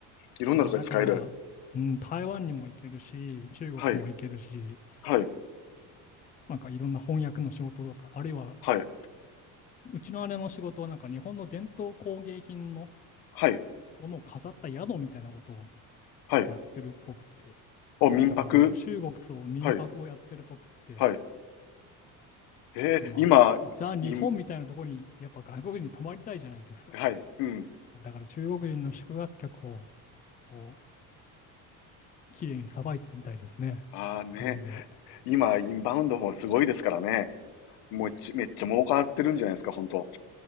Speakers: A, on the left (about 80°); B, on the left (about 25°).
A: いろんなとこで使える。
B: そう、だから、うん、台湾にも行けるし、中国も行けるし、
A: はい、はい、
B: なんかいろんな翻訳の仕事とか、あるいは、
A: はい、
B: うちの姉の仕事はなんか日本の伝統工芸品の
A: はい、
B: ものを飾った宿みたいなことを
A: はい。
B: やってるっぽくて、
A: お、民泊
B: だからもう中国と民泊をやってるっぽくって、
A: はい、はい。えー今、
B: で、まあ、ザ・日本みたいなところに、
A: イン、
B: やっぱ外国人に泊まりたいじゃないですか。
A: はい、うん。
B: だから中国人の宿泊客を、こう、綺麗にさばいてるみたいですね。
A: ああね、
B: おかげで。
A: 今、インバウンドもすごいですからね。もうち、めっちゃ儲かってるんじゃないですか、本当。